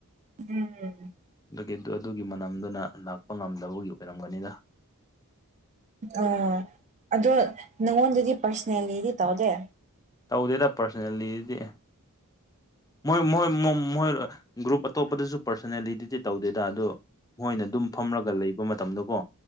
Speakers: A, on the right (about 30°); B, on the left (about 15°).
A: <inaudible>
B: ꯗꯨꯒꯤ ꯑꯗꯨ ꯑꯗꯨꯒꯤ ꯃꯅꯝꯗꯨꯅ ꯂꯥꯛꯄ ꯉꯝꯗꯕꯒꯤ ꯑꯣꯏꯔꯝꯒꯅꯤꯗ꯫
A: ꯑꯥ ꯑꯗꯣ ꯅꯪꯉꯣꯟꯗꯗꯤ ꯄꯔꯁꯅꯦꯜꯂꯤꯗꯤ ꯇꯧꯗꯦ꯫
B: ꯇꯧꯗꯦꯗ ꯄꯥꯔꯁꯅꯦꯜꯂꯤꯗꯤ ꯃꯣꯏ-ꯃꯣꯏ ꯃꯣ ꯃꯣꯏ ꯔ ꯑ ꯒ꯭ꯔꯨꯞ ꯑꯇꯣꯞꯄꯗꯁꯨ ꯄꯔꯁꯣꯅꯦꯂꯤꯗꯗꯤ ꯇꯧꯗꯦꯗ ꯑꯗꯣ ꯃꯣꯏꯅ ꯑꯗꯨꯝ ꯐꯝꯔꯒ ꯂꯩꯕ ꯃꯇꯝꯗ ꯀꯣ